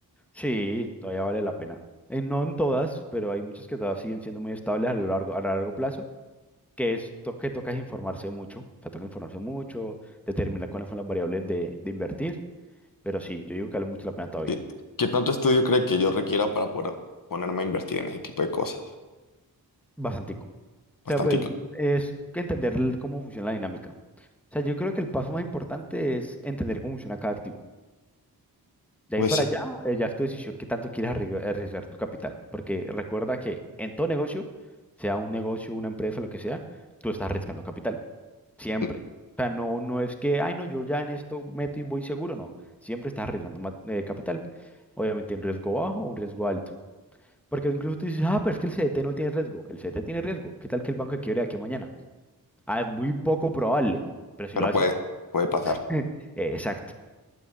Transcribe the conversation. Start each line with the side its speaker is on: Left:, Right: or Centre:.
Centre: Sí, todavía vale la pena. Eh, no en todas, pero hay muchas que todavía siguen siendo muy estables a lo largo, a largo plazo que es to- que toca es informarse mucho, o sea, toca informarse mucho, determinar cuáles son las variables de, de invertir, pero sí, yo digo que vale mucho la pena todavía,
Left: ¿Qué, qué tanto estudio cree que yo requiera para poder ponerme a invertir en ese tipo de cosas?
Centre: bastantico.
Left: Bastantito.
Centre: O sea, pues es que entender el- cómo funciona la dinámica. O sea, yo creo que el paso más importante es entender cómo funciona cada activo. De
Left: Pues,
Centre: ahí para allá, eh, ya es tu decisión qué tanto quieres arrig- arriesgar tu capital, porque recuerda que en todo negocio, sea un negocio, una empresa, lo que sea, tú estás arriesgando capital. Siempre.
Left: mm,
Centre: O sea, no, no es que, ay, no, yo ya en esto meto y voy seguro, no. Siempre estás arriesgando ma- eh, capital. Obviamente, un riesgo bajo o un riesgo alto. Porque incluso tú dices, ah, pero es que el CDT no tiene riesgo. El CDT tiene riesgo. ¿Qué tal que el banco quiebre de aquí a mañana? Ah, es muy poco probable. Pero si
Left: pero
Centre: lo hace,
Left: puede, puede pasar.
Centre: <laughs> eh, exacto.